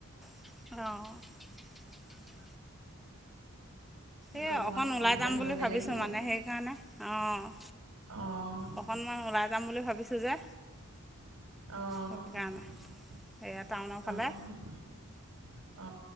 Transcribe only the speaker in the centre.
অহ'
এই
অকণ
ওলাই যাম
বুলি ভাবিছোঁ।
মানে সেইকাৰণে অ'
অকণমান ওলাই যাম বুলি ভাবিছোঁ যে
সেইকাৰণে এয়া
টাউনৰ ফালে